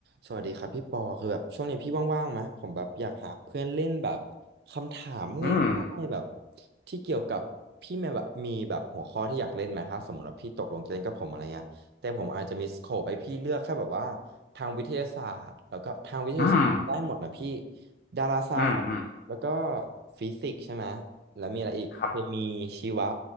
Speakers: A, on the right; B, on the left.
A: สวัสดีครับพี่ปอคือแบบช่วงนี้พี่ว่างๆไหมผมแบบอยากหาเพื่อนเล่นแบบคำถามง่ายๆแบบ
B: อืม
A: ที่เกี่ยวกับพี่แม่แบบมีแบบหัวข้อที่อยากเล่นไหมถ้าสมมติว่าพี่ตกลงจะเล่นกับผมอะไรเงี้ยแต่ผมอาจจะมีสโคปให้พี่เลือกแค่แบบว่าทางวิทยาศาสตร์แล้วก็ทางวิทยาศาสตร์ได้หมดนะพี่
B: อืม
A: ดาราศาสตร์แล้วก็
B: อืมอืม
A: ฟิสิกส์ใช่ไหมแล้วมีอะไรอีกเคมีชีวะ
B: ครับ